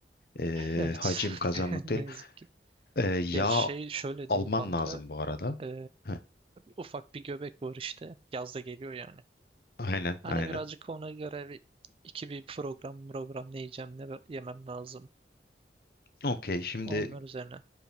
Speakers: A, on the left; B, on the right.
A: Ee,
B: Evet
A: hacim kazanmak
B: <laughs> ne
A: değil.
B: yazık ki.
A: Ee, yağ
B: Ya şey şöyle
A: alman
B: diyeyim kanka.
A: lazım bu arada.
B: ee,
A: Heh,
B: ufak bir göbek var işte. Yaz da geliyor yani.
A: aynen
B: Hani
A: aynen.
B: birazcık ona göre bir, iki bir program program ne yiyeceğim ne yemem lazım.
A: Okey şimdi
B: Onlar üzerine.